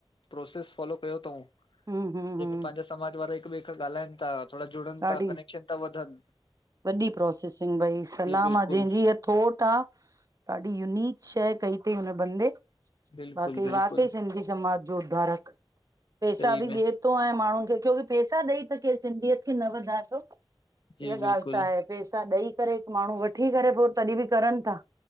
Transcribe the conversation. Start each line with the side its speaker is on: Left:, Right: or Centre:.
Left: प्रोसेस फॉलो कयो तऊं
Right: हूं हूं हूं
Left: जेमें पंहिंजो समाज वारा हिकु ॿिए खां ॻाल्हाइनि ता थोड़ा जुड़नि
Right: ॾाढी
Left: ता कनेक्शन ता वठनि,
Right: वॾी प्रोसेसिंग भई सलाम
Left: बिल्कुल
Right: आ जंहिंजी इय थोट आ ॾाढी यूनिक शइ कई तईं हुन बंदे
Left: बिल्कुल
Right: बाक़ी
Left: बिल्कुल
Right: वाकई सिंधी समाज जो उधारक पैसा
Left: सही
Right: बि
Left: में
Right: ॾे तो हाणे माण्हुनि खे क्योंकि पैसा ॾेई त केरु सिंधीयत खे न वधाए थो, हीअ
Left: जी बिल्कुल
Right: ॻाल्हि बई पैसा ॾेई करे हिकु माण्हू वठी करे पो तॾहिं बि करनि ता,